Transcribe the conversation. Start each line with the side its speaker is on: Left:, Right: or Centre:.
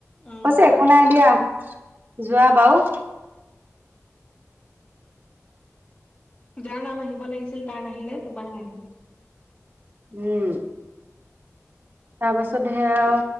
Left: উম।
Right: কৈছে একো নাই দিয়া। যোৱা বাৰু
Left: যাৰ নাম আহিব লাগিছিল তাৰ নাহিলে তোমাৰে আহিল।
Right: উম। তাৰপাছত সেয়া আউ